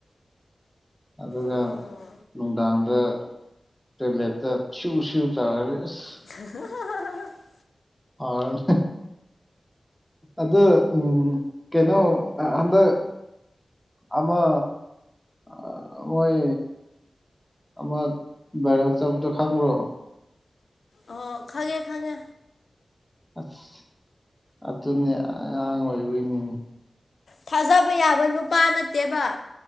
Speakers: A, in the centre; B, on the left.
A: ꯑꯗꯨꯒ
B: ꯎꯝ
A: ꯅꯨꯡꯗꯥꯡꯗ ꯇꯣꯏꯂꯦꯠꯇ ꯁꯤꯎ ꯁꯤꯎ ꯇꯧꯔꯒ ꯑꯁ
B: <unintelligible>
A: <unintelligible> ꯑꯗꯨ ꯎꯝ ꯀꯩꯅꯣ ꯍꯟꯗꯛ ꯑꯃ ꯑꯥ ꯃꯣꯏ ꯑꯃ ꯕꯥꯏꯔꯦꯜ ꯆꯠꯄꯗꯣ ꯈꯪꯕ꯭ꯔꯣ?
B: ꯑꯍꯣ ꯈꯪꯉꯦ ꯈꯪꯉꯦ꯫
A: ꯑꯁ ꯑꯗꯨꯅꯦ ꯑꯉꯥꯡ ꯑꯣꯏꯕꯩꯅꯤꯅꯦ꯫
B: ꯊꯥꯖꯕ ꯌꯥꯕ ꯅꯨꯄꯥ ꯅꯠꯇꯦꯕ꯫